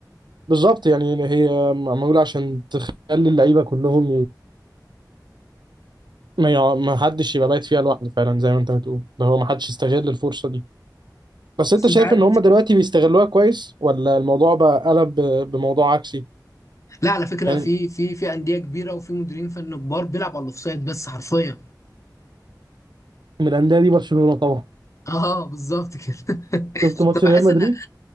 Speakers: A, on the right; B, on the left.
A: بالظبط يعني هي معموله عشان تخلي اللعيبه كلهم ما يع- ما حدش يبقى بايت فيها لوحده فعلا زي ما انت بتقول ده هو ما حدش يستغل الفرصة دي بس انت
B: بس
A: شايف
B: انت عارف
A: ان هم دلوقتي بيستغلوها كويس ولا الموضوع بقى قلب ب- بموضوع عكسي
B: لا على فكره
A: يعني
B: في في في انديه كبيره وفي مديرين فن كبار بيلعبوا على الاوفسايد بس حرفيا
A: من الانديه دي برشلونة طبعا
B: اه بالظبط كده <laughs>
A: شفت ماتش
B: طب بحس
A: ريال مدريد
B: ان